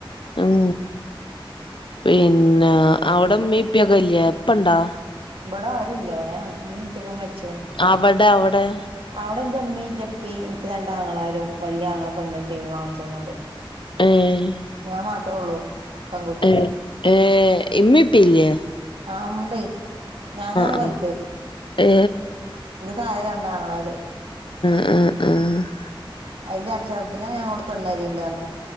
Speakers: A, on the left; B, on the right.
A: ഉം പിന്നെ അവിടെ ഇമ്മീ ഇപ്പ ഒക്കെ ഇല്ലെ ഇപ്പ ഉണ്ടോ
B: ഇവിടെ ആരുംല്ല ഇവിടെ ഇമ്മി ഇപ്പ ഒക്കെ മരി ച്ച്ക്കണ്.
A: അവിടെ അവിടെ
B: അവിടെ ഇന്റെ ഇമീം ഇന്റെ ഇപ്പി ഇൻക്ക് രണ്ട് അങ്ങളാരും വലിയ ആങ്ങള പെണ്ണ് കെട്ടിക്ക്ണ് നാത്തൂനും ഉണ്ട്
A: ഏ
B: ഞാൻ മാത്രേ ഉള്ളു പെൺകുട്ടി
A: ഏ ഏ ഇമ്മി ഇപ്പി ഇല്ലേ
B: ഉണ്ടേ ഞാനാണ്
A: ആഹ്
B: വലുത്
A: ഏ
B: ഇന്റെ ത്തായ രണ്ടാങ്ങളാര്
A: മ്മ് മ്മ്
B: അതിന്റെ അൻചെറുതിനാ പെണ് നെരെണ്ടപറഞ്